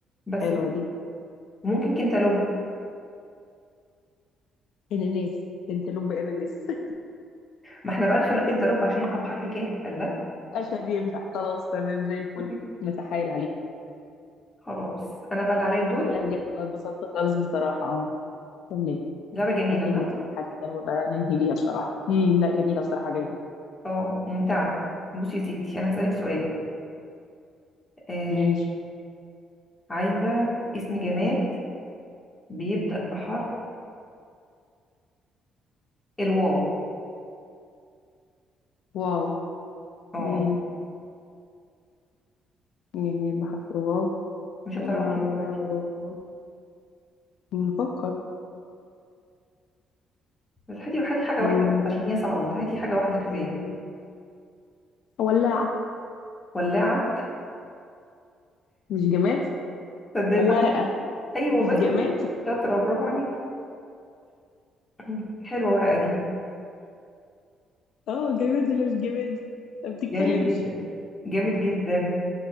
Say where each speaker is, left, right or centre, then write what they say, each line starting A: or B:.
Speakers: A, on the left (about 20°); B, on the left (about 75°).
A: بس
B: حلوه
A: كده
B: دي
A: ممكن كنتالوب
B: اناناس كنتالوب اناناس <laughs>
A: ما احنا بقى نخلوه كنتالوب عشان يطلع بحرف الكاف قال لا
B: اشهد ينفع خلاص تمام زي الفل
A: <laughs>
B: نتحايل عليك
A: خلاص انا بقى اللي عليا الدور
B: لا بجد والله اتبسطت خالص بصراحه اه كملي
A: لعبة جميلة
B: هتبقى
A: صح؟
B: كده حاجة حلوة بقى ننهي بيها بصراحة امم لا جميلة بصراحة جميلة
A: اه ممتعة بصي يا ستي انا هسألك سؤال آه
B: ماشي
A: عايزة اسم جماد بيبدأ بحرف الواو
B: واو
A: اه
B: امم جميل بحرف الواو
A: مش هتعرفي
B: واو
A: دلوقتي
B: واو واو واو. نفكر
A: بس هاتي هاتي حاجة
B: امم
A: واحدة بس عشان هي صعبة فهاتي حاجة واحدة كفاية
B: أمم. ولاعة
A: ولاعة
B: مش جماد
A: تصدقي
B: ورقة
A: فعلا ايوه
B: مش
A: بس
B: جماد
A: كده شاطرة برافو عليكي <laughs> حلوة ورقة دي
B: اه جماد ولا مش جماد ما بتتكلمش
A: جامد جدا جامد جدا